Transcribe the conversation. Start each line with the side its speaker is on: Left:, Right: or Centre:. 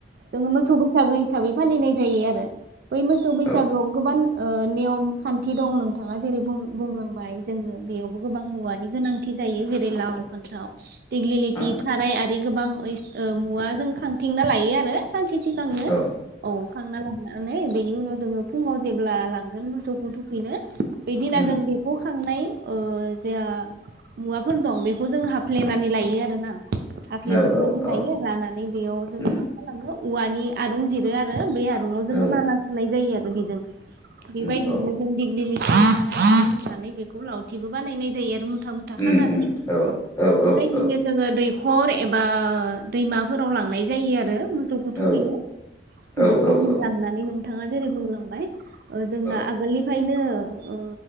Right: जोङो मोसौै बैसागोयै हिसाबै फालिनाय जायो आरो। बै मोसौ बैसागोआव
Left: औ
Right: गोबां ओ नियम खान्थि दं नोंथाङा जेरै बुंलांबाय जोंनो बेयावबो गोबां मुवानि गोनांथि जायो जेरै लाव फान्थाव दिग्लिथि
Left: औ
Right: खाराय आ बे गोबां ओ मुवाजों खांथिंना लायो आरो। सानसे सिगांनो
Left: औ
Right: औ खांना लांनानै बेनि उनाव जोङो फुङाव जेब्ला लांगोन मोसौखौ थुखैनो बे दिना
Left: उम
Right: जों बेखौ खांनाय ओ जे मुवाफोर दं बेखौ जों हाफ्लेनानै लायो आरोना। हफ्लेेजोबनानै
Left: औ औ औ
Right: लायो लानानै बेयाव जोङो
Left: उम
Right: मा खालामो औवानि आरुं जिरो आरो बेै आरुं मुङाव जोङो
Left: औ
Right: माला सुनाय जायो बिदों। बेबायदिनो
Left: उम औ
Right: जों दिगिलि लि बायनानै बेखौ लावथिबो बानायनाय जायो आरो मुथा मुथा
Left: उम
Right: खानानै
Left: उम
Right: औ बेबायदिनो
Left: औ औ
Right: जोङो दै हाखर एबा दैमाफोराव लांनाय जायो आरो मोसौ थुखैनो
Left: औ औ
Right: बेबायदिनो
Left: औ औ
Right: लांनानै नों थाङा जेरै बुंलांबाय। ओ जोंना
Left: औ
Right: आगोलनिफ्रायनो ओ